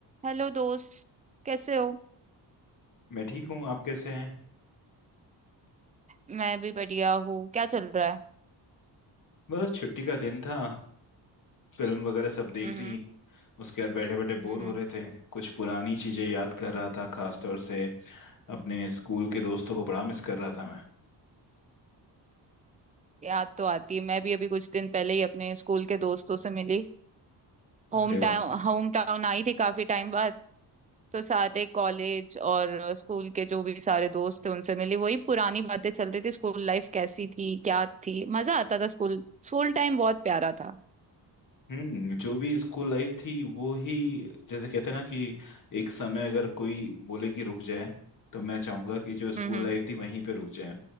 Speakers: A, on the right (about 20°); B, on the left (about 45°).
A: Hello दोस्त कैसे हो
B: मैं ठीक हूँ आप कैसे हैं
A: मैं भी बढ़िया हूँ क्या चल रहा है
B: बस छुट्टी का दिन था फिल्म वगैरह सब देख
A: हम्म
B: ली उसके बाद बैठे बैठे बोर
A: हम्म
B: हो रहे थे कुछ पुरानी चीजें याद कर रहा था खासतौर से अपने स्कूल के दोस्तों को बड़ा मिस कर रहा था मैं
A: याद तो आती है मैं भी अभी कुछ दिन पहले ही अपने स्कूल के दोस्तों से मिली होम
B: अरे
A: टाउन
B: वाह
A: होम टाउन आई थी काफी टाइम बाद तो सारे कॉलेज और स्कूल के जो भी सारे दोस्त थे उनसे मिली वही पुरानी बातें चल रही थी स्कूल लाइफ कैसी थी क्या थी मजा आता था स्कूल स्कूल टाइम बहुत प्यारा था
B: हम्म जो भी स्कूल लाइफ थी वो ही जैसे कहते हैं ना कि एक समय अगर कोई बोले कि रुक जाए तो मैं चाहूंगा कि जो स्कूल
A: हम्म
B: लाइफ थी वहीं पे रुक जाए